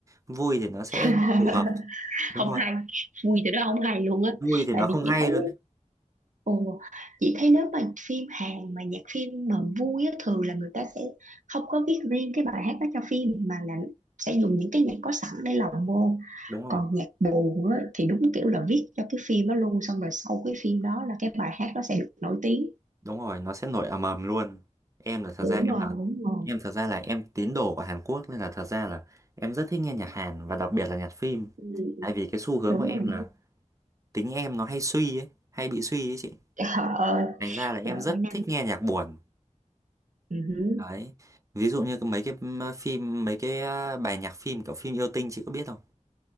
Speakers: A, on the right; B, on the right.
A: vui thì nó sẽ
B: <laughs>
A: phù hợp đúng
B: không
A: rồi
B: hay vui từ đó không hay luôn á
A: vui thì
B: tại
A: nó không
B: vì chị
A: hay
B: thấy
A: luôn đấy.
B: Ồ, chị thấy nếu mà phim Hàn mà nhạc phim mà vui á, thường là người ta sẽ không có viết riêng cái bài hát đó cho phim mà là sẽ dùng những cái nhạc có sẵn để lồng vô.
A: đúng
B: Còn
A: rồi
B: nhạc buồn á, thì đúng kiểu là viết cho cái phim đó luôn xong rồi sau cái phim đó là cái bài hát đó sẽ được nổi tiếng.
A: đúng rồi nó sẽ nổi ầm ầm luôn em là thật
B: Đúng
A: ra em
B: rồi,
A: là
B: đúng rồi.
A: em thật ra là em tín đồ của Hàn Quốc nên là thật ra là em rất thích nghe nhạc Hàn và đặc biệt là nhạc phim
B: Ừ,
A: tại vì cái xu hướng
B: đúng
A: của em
B: rồi.
A: là tính em nó hay suy ấy hay bị suy ấy chị
B: Trời ơi,
A: thành ra là em
B: trời
A: rất
B: ơi Nam.
A: thích nghe nhạc buồn
B: Ừ, hử.
A: đấy ví dụ như cái- mấy cái m- phim mấy cái à, bài nhạc phim kiểu phim yêu tinh chị có biết không